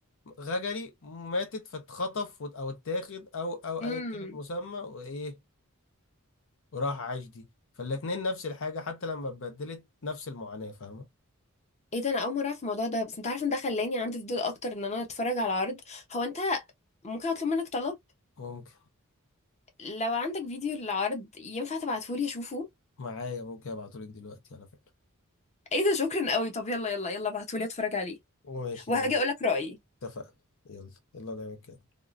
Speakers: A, on the left; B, on the left.
A: غجري ماتت فاتخطف وت- او اتاخد او او
B: امم
A: اي كلمة مسمى وايه وراح عاش دي فالاتنين نفس الحاجة حتى لما اتبدلت نفس المعاناة فاهمة
B: ايه ده انا اول مرة اعرف الموضوع ده بس انت عارف ان ده خلاني عندي فضول اكتر ان انا اتفرج على عرض هو انت ممكن اطلب منك طلب
A: ممكن
B: لو عندك فيديو للعرض ينفع تبعتهولي اشوفه
A: معايا ممكن ابعتهولك دلوقتي على فكرة
B: ايه ده شكرا قوي طب يلا يلا يلا ابعتولي اتفرج عليه
A: ماشي
B: وهاجي
A: بقى
B: اقولك رأيي
A: اتفقنا يلا يلا نعمل كده